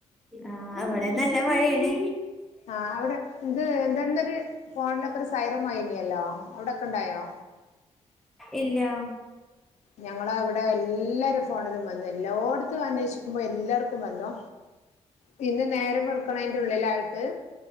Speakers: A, in the centre; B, on the left (about 70°).
A: ആഹ് ഇവിടേ നല്ല മഴയേണ്
B: ആഹ് അവിടെ ഇത് എന്തന്നൊരു ഫോണിലൊക്കെ ഒരു സൈറം മൊയിനിയല്ലോ അവിടൊക്കെ ഉണ്ടായോ
A: ഇല്ലാ
B: ഞങ്ങളെ ഇവിടെ എല്ലാരെ ഫോണിലും വന്ന് എല്ലോട്ത്തും അന്വേഷിക്കുമ്പോ എല്ലാർക്കും വന്നു പിന്നെ നേരം വെള്ക്ക്ണേന്റെ ഉള്ളിലായിട്ട്